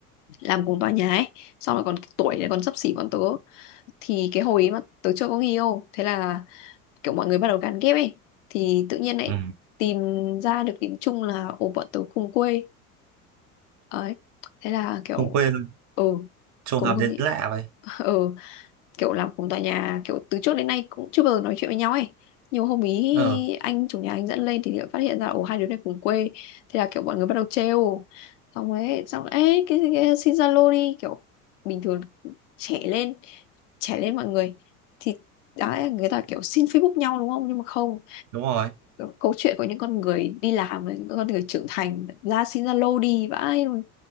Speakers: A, on the left; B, on the right.
A: làm cùng tòa nhà ấy xong rồi còn tuổi này còn xấp xỉ bọn tớ thì cái hồi ấy mà tớ chưa có người yêu thế là kiểu mọi người bắt đầu gán ghép ấy thì tự nhiên lại
B: ừ
A: tìm ra được điểm chung là ồ bọn tớ cùng quê ấy thế là kiểu
B: cùng quê luôn
A: ừ
B: trùng
A: cùng
B: hợp
A: hương
B: đến lạ vậy
A: <laughs> ừ kiểu làm cùng tòa nhà kiểu từ trước đến nay cũng chưa bao giờ nói chuyện với nhau ấy nhiều hôm ý
B: ờ
A: anh chủ nhà anh dẫn lên thì lại phát hiện ra ồ hai đứa này cùng quê thế là kiểu mọi người bắt đầu trêu xong ấy xong ấy cái, cái xin Zalo đi kiểu bình thường trẻ lên trẻ lên mọi người thì đã người ta kiểu xin Facebook nhau đúng không nhưng mà không
B: đúng rồi
A: câu chuyện của những con người đi làm và những con người trưởng thành ra xin Zalo đi vãi luôn